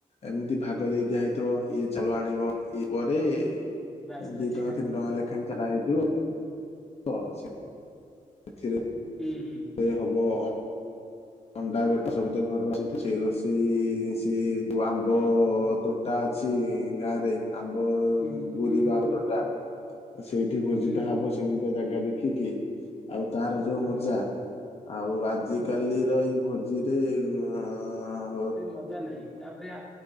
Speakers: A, on the left; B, in the centre.
A: ଏମିତି ଭାଗ ଦେଇ ଦିଆହେଇଥିବ। ଇଏ ଚାଉଳ ଆଣିବ। ଇଏ ପରେ ଦି
B: ବାସ୍ ବାସ୍
A: ଟଙ୍କା ତିନି ଟଙ୍କା ଲେଖାଏଁ ସେରା ହେଇଥିବ <inaudible> ସିଏ ଏଥିରେ
B: ହୁଁ, ହୁଁ, ହୁଁ।
A: ସେ ହବ-ଅ ଅଣ୍ଡା ଗୋଟେ ସବୁତ ଘରୁଆସିଥିବ, ସେଇ ରୋଷେଇ-ଇ ସେ ଯୋଉ ଆମ୍ବ-ଅ ତୋଟ୍ ଟା ଅଛି ଗାଁରେ ଆମ୍ବ
B: ହୁଁ
A: ବୁୁରିବାହ
B: ହୁଁ ହୁଁ ହୁଁ
A: ତୋଟା ସେଇଠି ଭୋଜିଟା
B: ହୁଁ ହୁଁ।
A: ହବ, ସେମିତିଆ ଜାଗା ଦେଖିକି। ଆଉ, ତାହାର ଯୋଉ
B: ହୁଁ
A: ମଜା ଆଉ, ଆଜିିକାଲି
B: ହୁଁ
A: ତ ଏଇଭୋଜିରେ ଅଁ
B: ଏ ମଜା ନାହିଁ। ତା'ପରେ ଆ,